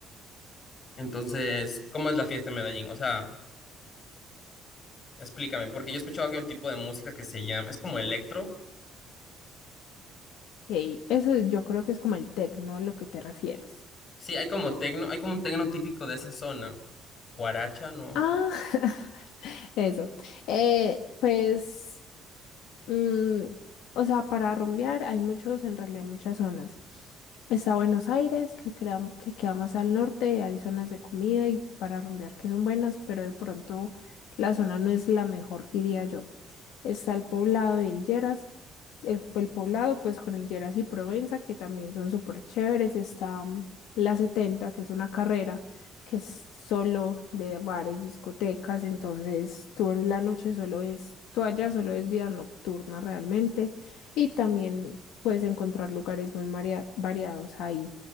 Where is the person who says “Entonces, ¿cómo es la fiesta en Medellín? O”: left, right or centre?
Left